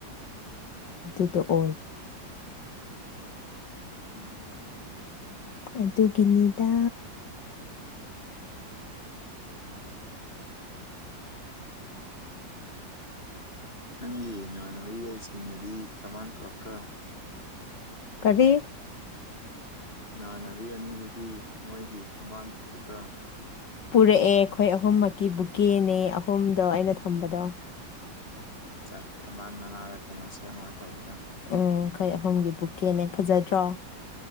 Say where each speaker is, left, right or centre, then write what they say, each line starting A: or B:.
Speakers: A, on the left (about 70°); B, on the left (about 30°).
A: ꯑꯗꯨꯗꯣ ꯑꯣꯏ
B: ꯎꯝ
A: ꯑꯗꯨꯒꯤꯅꯤꯗꯥ
B: ꯅꯪꯒꯤ ꯅꯃꯥꯟꯅꯕ ꯌꯥꯏꯁꯤꯡꯅꯗꯤ ꯀꯃꯥꯟ ꯇꯧꯔꯛꯇ꯭ꯔ
A: ꯀꯔꯤ
B: ꯅꯃꯥꯟꯅꯕꯤ ꯑꯅꯤꯗꯨꯗꯤ ꯃꯣꯏꯒꯤ ꯊꯝꯕꯥꯜ ꯄꯨꯒꯗ꯭ꯔꯥ
A: ꯄꯨꯔꯛꯑꯦ ꯑꯩꯈꯣꯏ ꯑꯍꯨꯝꯃꯛꯀꯤ ꯕꯨꯛꯀꯦꯅꯦ ꯑꯍꯨꯝꯗꯣ ꯑꯩꯅ ꯊꯝꯕꯗꯣ
B: ꯆꯥ ꯊꯝꯕꯥꯜ ꯃꯅꯥꯗ ꯐꯖꯟ ꯁꯦꯝꯃꯒ ꯇꯧꯕꯗ
A: ꯎꯝ ꯑꯈꯣꯏ ꯑꯍꯨꯝꯒꯤ ꯕꯨꯛꯀꯦꯅꯦ ꯐꯖꯗ꯭ꯔꯣ